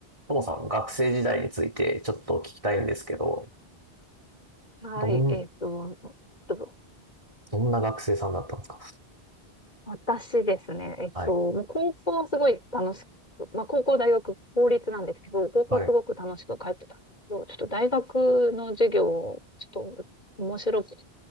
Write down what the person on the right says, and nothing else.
ともさん、学生時代についてちょっと聞きたいんですけど、
どん、
どんな学生さんだったんですか
はい。
はい。